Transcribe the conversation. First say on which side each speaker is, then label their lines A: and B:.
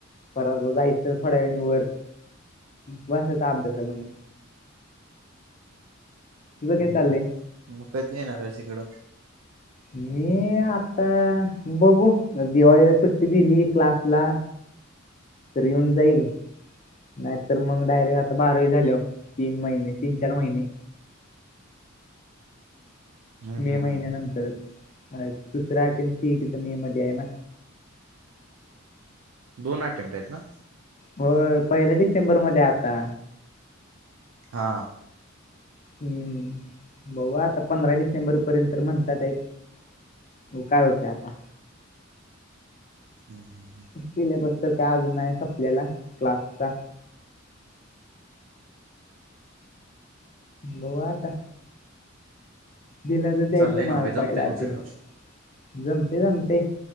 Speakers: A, on the left; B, on the right.
A: परत जायचं थोड्या वेळाने वर बसायचं आभासाला मग तुझं काय
B: हम्म
A: चाललंय
B: हम्म... मग कधी येणार हेस इकडं?
A: मी आता बघू.... दिवाळीला सुट्टी दिली... क्लासला तर येऊन जाईल नाही तर मग... डायरेक्ट आता बारावी झाल्यावर... तीन महिने... तीन चार महिने
B: हम्म
A: मे
B: हम्म
A: महिन्यानंतरच...
B: हम्म
A: दुसरा अटेम्प्ट सीएटीचा मे मध्ये हाये ना
B: दोन अटेम्प्ट हेत ना
A: होय... पहिला डिसेंबरमध्ये आता
B: हां
A: हम्म... बघू आता... पंधरा डिसेंबर पर्यंत म्हणतात हेत बघू काय होतं आता
B: हं
A: सिलेबस तर काय अजून नाही संपलेला... क्लासचा बघू आता दिला तर द्यायचं
B: चाललंय नव्ह
A: मग...
B: जमते
A: पाहिला
B: नव्ह
A: अटेम्प्ट...
B: सगळं
A: जमते.. जमतेय